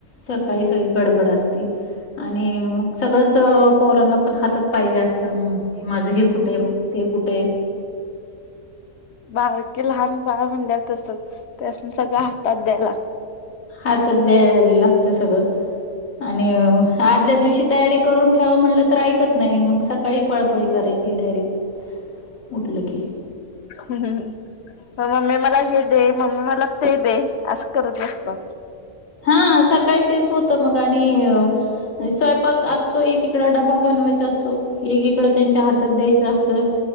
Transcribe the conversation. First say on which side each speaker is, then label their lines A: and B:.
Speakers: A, on the left; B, on the left.
A: सकाळी सगळी गडबड असती आणि मग सगळंच पोरांना पण हातात पाहिजे असतं मग क माझं हे कुठे आहे माझं ते कुठयं.
B: बारकी लहान बाळ म्हणल्या तसच त्यासनी सगळं हातात द्याय ला
A: हातात द्यायला लागतंय सगळं. आणि आदल्या दिवशी तयारी करून ठेवा म्हणलं तर ऐकत नाही मग सकाळी पळापळी करा म्हणजे डायरेक्ट उठलं कि
B: हं हं हं म मम्मी मला हे दे मम्मी मला ते दे असं करत बस ता
A: ह सकाळी तेच होत मग आणि स्वयंपाक असतो ऐकीकडं डबा बनवायचा अस तो एकीकड त्यांच्या हातात द्यायच असतं